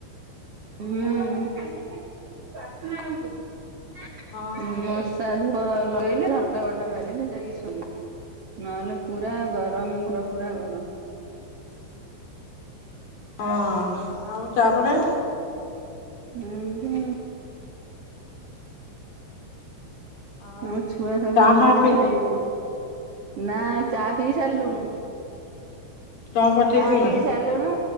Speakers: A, on the right; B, on the left.
A: ହୁଁ।
B: ହଁ।
A: ମଶାଲ। ଲଗେଇଲେ ଧରକା ବାଟ ମାଲେଇଲେ ଯାଇକି ଶୁଇ ବି ନହେଲେ ପୁରା ଗରମ ଘର ପୁରା ଗରମ।
B: ହଁ ଆଉ ତାପରେ
A: ହୁ ହୁ
B: ଆଉ
A: ଆମ ଛୁଆ ସବୁ
B: ଚାହା
A: ମିଠା
B: ଫା ପି
A: ଖାଇଯାଇଛନ୍ତି। ନା ଚା ପିଇ ସାରିଲୁଣୁ।
B: ଚଁ ପକେଇ
A: ଚାହା
B: ପିଇଲ?
A: ପିଇ ସାରିଲୁନୁ।